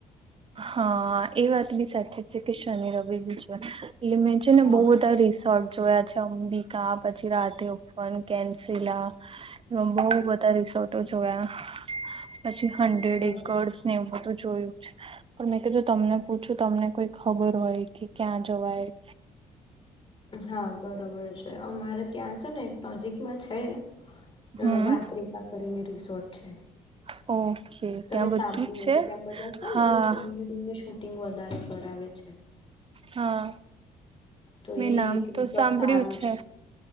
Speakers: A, on the right; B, on the left.
A: હા એ વાત બી સાચી છે કે શનિ રવિ બી છે એ મેં છે ને
B: હા
A: બહુ બધાં રિસોર્ટ જોયા છે. અંબિકા પછી રાધે ઉપવન, કેન્સીલા આમ બહુ બધા રિસોર્ટો જોયા. પછી હંડ્રેડ
B: બરોબર.
A: એકર્સને એવું બધું જોયું છ પણ મેં કીધું તમને પૂછું તમને કોઈ ખબર હોય કે ક્યાં જવાય.
B: હા બરોબર છે. અમારે ત્યાં છે ને એક નજીકમાં છે.
A: હમ
B: અ વાતરેખા કરીને રિસોર્ટ છે.
A: ઓકે
B: તમે
A: ત્યાં બધું
B: સાંભળ્યું
A: જ
B: હો
A: છે
B: તો ત્યાં બધા છે ને
A: હા
B: બધું પ્રી-વેડિંગની શૂટિંગ વધારે કરાવે છે.
A: હા
B: તો
A: મેં
B: એ
A: નામ
B: એક
A: તો
B: રિસોર્ટ
A: સાંભળ્યું
B: સારું
A: છે.